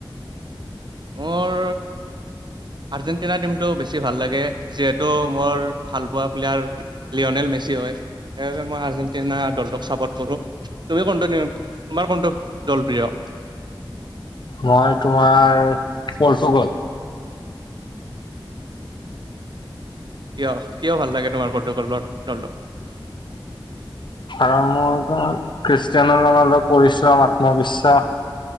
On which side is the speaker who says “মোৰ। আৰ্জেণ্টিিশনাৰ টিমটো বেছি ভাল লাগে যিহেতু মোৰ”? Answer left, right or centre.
Right